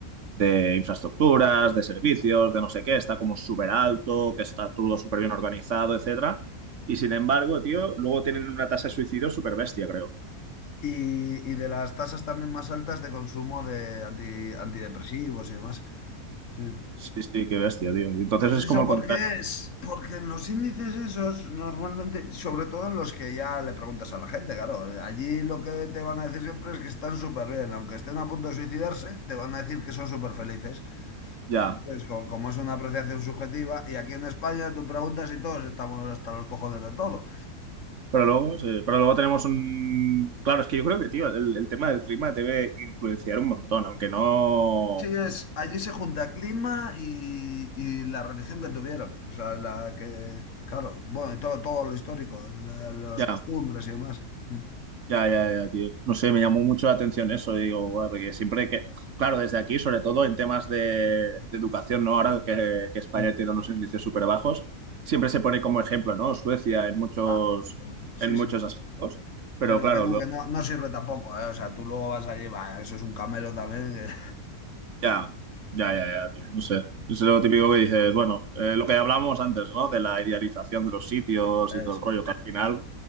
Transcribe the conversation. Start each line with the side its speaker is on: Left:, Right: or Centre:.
Right: de infraestructuras, de servicios, de no sé qué, está como súper alto, que está todo súper bien organizado, etcétera. Y sin embargo, tío, luego tienen una tasa de suicidio súper bestia, creo.
Left: Y, y de las tasas también más altas de consumo de anti- antidepresivos y demás. Sí.
Right: Sí, sí, qué bestia, tío. Entonces
Left: Pues
Right: es
Left: eso
Right: como el
Left: porque
Right: contrario
Left: es, porque en los índices esos normalmente, sobre todo en los que ya le preguntas a la gente, claro, allí lo que te van a decir siempre es que están súper bien, aunque estén a punto de suicidarse, te van a decir que son súper felices.
Right: Ya,
Left: Entonces, co- como, es una apreciación subjetiva, y aquí en España tú preguntas y todos estamos hasta los cojones de todo.
Right: pero luego, sí, pero luego tenemos un... Claro, es que yo creo que, tío, el, el tema del clima debe influenciar un montón, aunque no...
Left: Sí, es, allí se junta clima y, y la religión que tuvieron, o sea, la que, claro, bueno, y todo, todo lo histórico, la- las
Right: Ya,
Left: costumbres y demás. Mm,
Right: ya, ya, ya, tío. No sé, me llamó mucho la atención eso, y digo, "Buah", porque siempre que... Claro, desde aquí, sobre todo en temas de, de educación, ¿no? Ahora que, que España
Left: mm.
Right: tiene unos índices súper bajos, siempre se pone como ejemplo, ¿no? Suecia en muchos,
Left: Ah, pero- sí,
Right: en muchos
Left: sí.
Right: aspectos, pero
Left: Pero
Right: claro,
Left: que no, que no, no sirve tampoco, ¿eh? O sea, tú luego vas allí, va, eso es un camelo también. que-
Right: Ya, ya, ya, ya, tío, no sé.
Left: <laughs>
Right: Es lo típico que dices, bueno, eh, lo que hablamos antes, ¿no? De la idealización de los sitios
Left: Eso
Right: y todo el rollo,
Left: es.
Right: que al final,